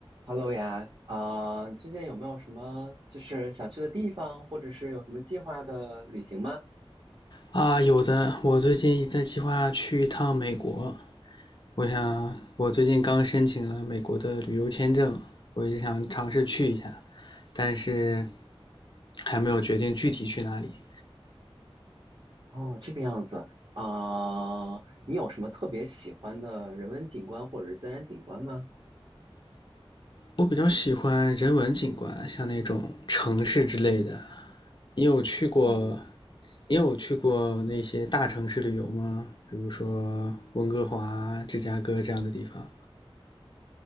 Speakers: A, on the right; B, on the left.
A: Hello 呀，啊、最近有没有什么就是想去的地方，或者是有什么计划的旅行吗？
B: 啊，有的，我最近在计划去一趟美国。我想，我最近刚申请了美国的旅游签证，我也想尝试去一下，但是还没有决定具体去哪里。
A: 哦，这个样子啊、你有什么特别喜欢的人文景观或者是自然景观吗？
B: 我比较喜欢人文景观，像那种城市之类的。你有去过，
A: 哦，
B: 你有去过那些大城市旅游吗？比如说温哥华、芝加哥这样的地方。